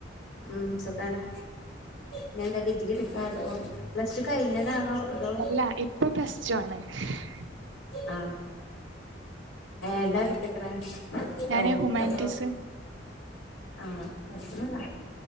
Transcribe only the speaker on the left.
ഉം സുഖാണ് ഇനി എന്താ ഡിഗ്രി എടുക്കാ അതോ പ്ലസ് ടു കഴിഞ്ഞതാണോ അതോ
ആ ഏതാടുത്തക്കണ് സയൻസ്
അതോ ആ കോഴപ്പന്നുല്ല